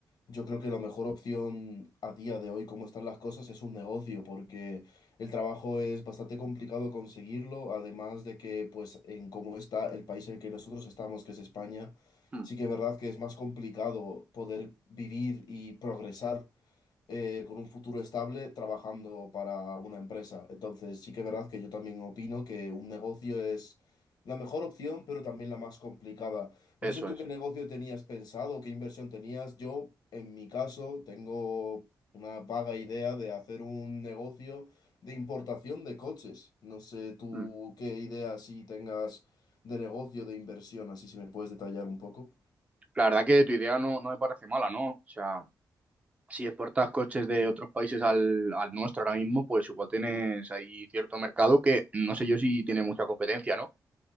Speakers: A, on the left; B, on the right.
A: yo creo que la mejor opción a día de hoy, como están las cosas, es un negocio, porque el trabajo es bastante complicado conseguirlo, además de que, pues, en cómo está el país en el que nosotros estamos, que es España,
B: Mm,
A: sí que es verdad que es más complicado poder vivir y progresar eh, con un futuro estable trabajando para una empresa. Entonces, sí que es verdad que yo también opino que un negocio es la mejor opción, pero también la más complicada.
B: Eso
A: No sé tú
B: es.
A: qué negocio tenías pensado, qué inversión tenías. Yo, en mi caso, tengo una vaga idea de hacer un negocio de importación de coches. No sé tú
B: Mm.
A: qué idea si tengas de negocio, de inversión, así si me puedes detallar un poco.
B: La verdad que tu idea no, no me parece mala, ¿no? O sea... Si exportas coches de otros países al, al nuestro ahora mismo, pues igual tienes ahí cierto mercado que no sé yo si tiene mucha competencia, ¿no?